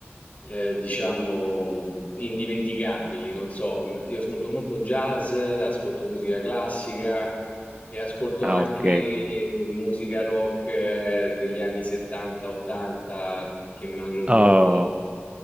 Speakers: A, on the left; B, on the right.
A: eh, diciamo, indimenticabili. Non so, mm, io ascolto molto jazz, ascolto musica classica e ascolto
B: Ah,
A: anche
B: ok.
A: musica rock eh, degli anni 70-80 che mi hanno un
B: Oh,
A: po'